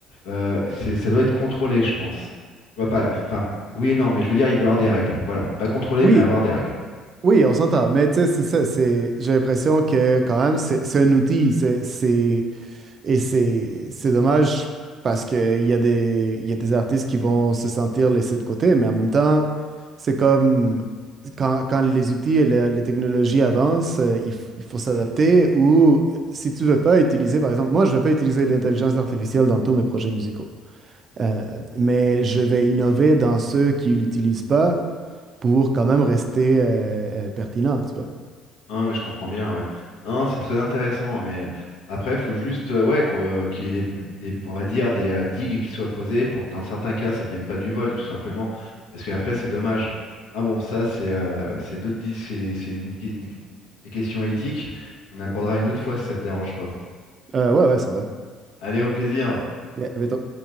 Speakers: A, on the left (about 85°); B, on the right (about 45°).
A: euh, c'est- ça doit être contrôlé, je pense. Tu vois pas, enfin, oui et non, mais je veux dire, il doit y avoir des règles. Voilà, pas contrôlé,
B: Oui,
A: mais avoir des règles.
B: Oui, on s'entend. Mais tu sais, c'est ça. C'est, j'ai l'impression que quand même, c'est c'est un outil. C'est, c'est, et c'est c'est dommage parce qu'il y a des, il y a des artistes qui vont se sentir laissés de côté. Mais en même temps, c'est comme quand, quand les outils et la- les technologies avancent, euh, il, f- il faut s'adapter. Ou si tu veux pas utiliser, par exemple, moi, je ne vais pas utiliser l'intelligence artificielle dans tous mes projets musicaux. Euh, mais je vais innover dans ceux qui ne l'utilisent pas pour quand même rester euh, euh, pertinent, tu vois.
A: Non, mais je comprends bien, ouais. Non, c'est très intéressant, hein, mais après, il faut juste euh, ouais, qu'on, euh, qu'il y ait des, des- on va dire, des euh, digues qui soient posées pour que dans certains cas, ça ne devienne pas du vol, tout simplement. Parce qu'après, c'est dommage. Ah bon, ça, c'est euh, c'est d'autres dis- c'est c'est une- une- des questions éthiques. On abordera une autre fois si ça te dérange pas.
B: Euh, ouais, ouais, ça va.
A: Allez, au plaisir.
B: Ouais, mais toi-